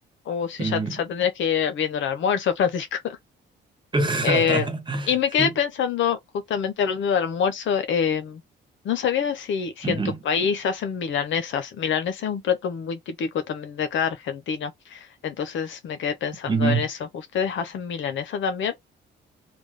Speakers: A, on the left; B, on the right.
A: Uh, sí,
B: Ujú.
A: ya, ya tendrías que ir viendo el almuerzo, Francisco. <laughs>
B: <laughs>
A: Eh, y me
B: Sí.
A: quedé pensando, justamente hablando de almuerzo, eh, no sabía si, si
B: Ujú,
A: en tu país hacen milanesas. Milanesa es un plato muy típico también de acá, Argentina. Entonces me quedé pensando
B: ujú.
A: en eso. ¿Ustedes hacen milanesa también?